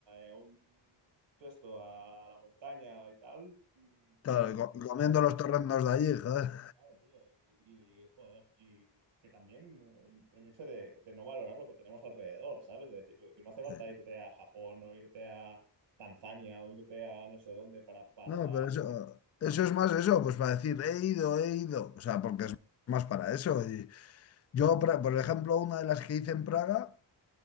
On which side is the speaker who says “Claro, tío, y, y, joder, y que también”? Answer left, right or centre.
Right